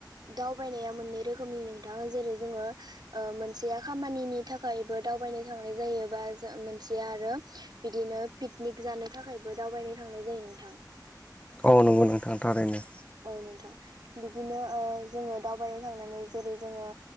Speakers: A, on the right; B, on the left.
A: दावबायनाया मोननै रोखोमनि नोंथाङा जेरै जोङो ओ मोनसेया खामानिनि थाखायबो दावबायनो थांनाय जायो बा मोनसेया आरो बिदिनो पिकनिक जानो थाखायबो दावबायनो थांनाय जायो नोंथां।
B: औ नंगौ नोंथां थारैनो।
A: औ नोंथां बिदिनो ओ जोङो दावबायनो थांनानै जेरै जोङो